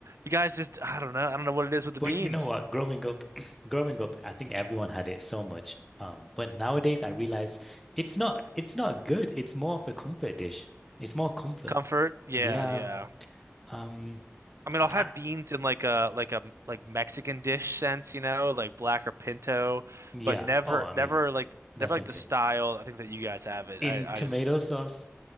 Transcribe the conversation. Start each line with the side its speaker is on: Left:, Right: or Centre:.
Right: You guys just, I don't know, I don't know what it is with the
Centre: But
Right: beans.
Centre: you know what? Growing up, <clears throat> growing up, I think everyone had it so much. Um, but nowadays I realize it's not it's not good. It's more of a comfort dish. It's more comfort.
Right: Comfort, yeah,
Centre: Yeah.
Right: yeah.
Centre: Um
Right: I mean, I'll have
Centre: that
Right: beans in like a like a like Mexican dish sense, you know, like black or pinto,
Centre: yeah.
Right: but never
Centre: Oh, amazing.
Right: never like
Centre: That's
Right: never like
Centre: okay.
Right: the style I think that you guys have it.
Centre: In
Right: I
Centre: tomato
Right: I just.
Centre: sauce,